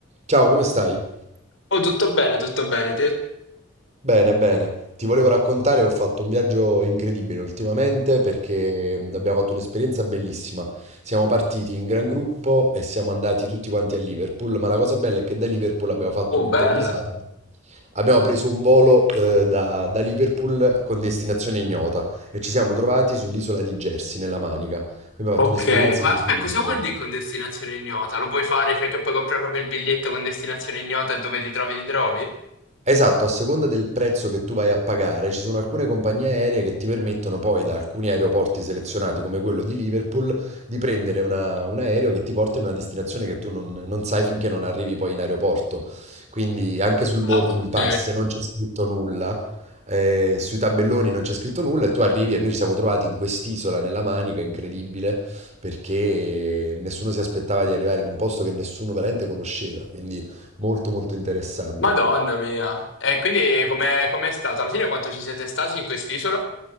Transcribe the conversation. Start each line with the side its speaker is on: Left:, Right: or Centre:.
Right: Ciao, come stai?
Left: Oh, tutto bene, tutto bene, te?
Right: Bene, bene. Ti volevo raccontare che ho fatto un viaggio incredibile ultimamente perché mm, abbiamo fatto un'esperienza bellissima. Siamo partiti in gran gruppo e siamo andati tutti quanti a Liverpool, ma la cosa bella è che da Liverpool abbiamo fatto
Left: Oh,
Right: un'improvvisata.
Left: bella.
Right: Abbiamo preso un volo eh, da, da Liverpool con destinazione ignota e ci siamo trovati sull'isola di Jersey, nella Manica. Quindi Abbiamo fatto
Left: Ok,
Right: un'esperienza
Left: ma
Right: incredibile.
Left: aspetta, cosa vuol dire con destinazione ignota? Lo puoi fare perché puoi comprare proprio il biglietto con destinazione ignota e dove ti trovi, ti trovi?
Right: Esatto, a seconda del prezzo che tu vai a pagare, ci sono alcune compagnie aeree che ti permettono poi da alcuni aeroporti selezionati, come quello di Liverpool, di prendere una- un aereo che ti porta in una destinazione che tu non, non sai finché non arrivi poi in aeroporto. Quindi anche sul boarding
Left: Ah, ok.
Right: pass non c'è scritto nulla, eh, sui tabelloni non c'è scritto nulla e tu arrivi e noi ci siamo trovati in quest'isola, nella Manica, incredibile, perché nessuno si aspettava di arrivare in un posto che nessuno veramente conosceva, quindi molto molto interessante.
Left: Madonna mia. E quindi com'è com'è stato? Alla fine quanto ci siete stati in quest'isola?